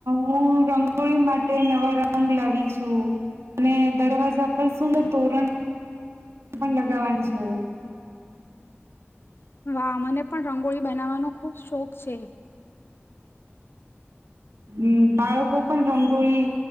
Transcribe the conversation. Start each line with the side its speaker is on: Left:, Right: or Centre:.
Right: હું રંગોળી માટે નવા રંગ લાવી છું અને દરવાજા પર સુંદર તોરણ પણ લગાવવાની છું.
Left: વા મને પણ રંગોળી બનાવાનો ખુબ શોખ છે.
Right: હમ બાળકો પણ રંગોળી